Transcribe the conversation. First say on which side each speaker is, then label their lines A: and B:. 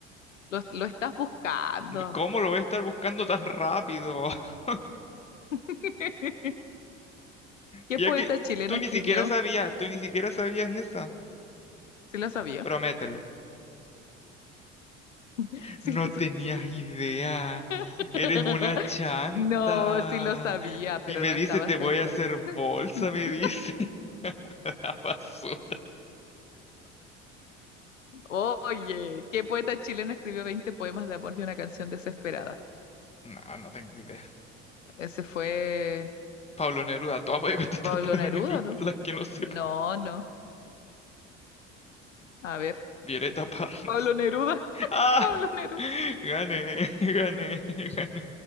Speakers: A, on the left; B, on the left.
A: Lo, lo estás buscando.
B: ¿Cómo lo voy a estar buscando tan rápido? <laughs>
A: <laughs> ¿Qué
B: Ya
A: poeta
B: que
A: chileno
B: tú
A: escribió?
B: ni siquiera sabías, tú ni siquiera sabías esa.
A: Sí lo sabía.
B: Promételo.
A: <laughs> Sí
B: No
A: lo
B: tenías
A: sa-
B: idea.
A: <laughs>
B: Eres una chanta.
A: No, sí lo sabía, pero
B: Y me
A: no
B: dice,
A: estaba
B: te
A: segura.
B: voy a hacer bolsa,
A: <laughs>
B: me dice. <laughs> La basura.
A: Oye, ¿qué poeta chileno escribió 20 poemas de amor y una canción desesperada?
B: No, no tengo idea.
A: Ese fue
B: Pablo Neruda, todas voy a contestar
A: Pablo
B: <laughs> Pablo
A: Neruda,
B: Neruda,
A: ¿no?
B: las que no sepan.
A: No, no. A ver,
B: Violeta Parnos.
A: Pablo Neruda, <laughs>
B: ¡Ah!
A: Pablo Neruda.
B: Gané, <laughs> gané, gané.